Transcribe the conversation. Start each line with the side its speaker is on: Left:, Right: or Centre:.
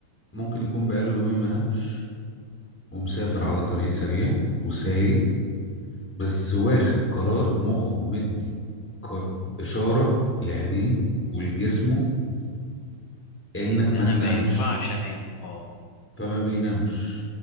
Centre: ممكن يكون بقاله يومين ما نامش ومسافر على طريق سريع وسايق بس واخد قرار مخه مدي ك- إشارة لعينيه ولجسمه إنك
Left: ان انا
Centre: ما تنامش
Left: ما ينفعش انام اه
Centre: فما بينامش